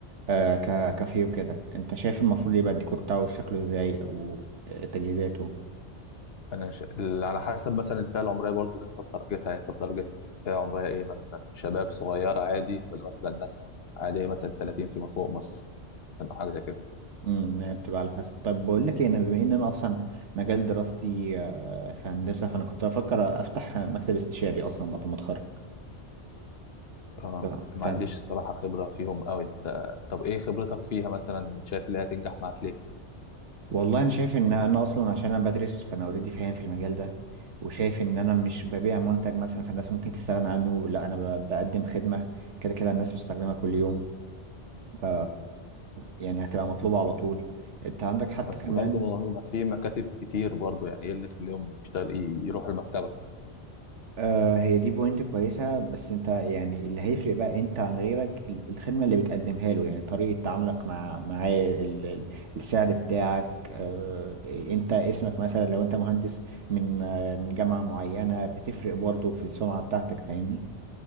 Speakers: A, on the right; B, on the left.
A: آه، ك- كافيه وكده انت شايف المفروض يبقى الديكور بتاعه شكله ازاي او آه، تجهيزاته
B: انا ش... ال- على حسب مثلا الفئه العمريه برضو اللي انت متارجتها يعني انت متارجت فئه عمريه ايه مثلا شباب صغير عادي ولا مثلا ناس عاديه مثلا 30 فيما فوق مثلا او حاجه زي كده
A: امم هي بتبقى على حسب طب بقول لك إيه، انا بما ان انا اصلا مجال دراستي آه، في هندسه فانا كنت بفكر افتح مكتب استشاري اصلا بعد ما اتخرج
B: اه
A: ف...
B: ما
A: ف...
B: عنديش الصراحه خبره فيهم قوي انت طب ايه خبرتك فيها مثلا شايف اللي هتنجح معاك ليه
A: والله انا شايف ان انا اصلا عشان انا بدرس فانا اوريدي فاهم في المجال ده وشايف ان انا مش ببيع منتج مثلا فالناس ممكن تستغنى عنه لا انا ب... بقدم خدمه كده كده الناس بتستخدمها كل يوم ف... يعني هتبقى مطلوبه على طول انت عندك حتى
B: بس
A: كمان
B: برضو ما ما في مكاتب كتير برضو يعني ايه اللي يخليهم يشتغل ي- يروحوا لمكتبك
A: آه هي دي بوينت كويسة بس انت يعني اللي هيفرق بقى انت عن غيرك ال- الخدمة اللي بتقدمها له يعني طريقة تعاملك مع معاه ال- ال- السعر بتاعك آه انت اسمك مثلا لو انت مهندس من آه من جامعة معينة بتفرق برضه في السمعة بتاعتك فاهمني؟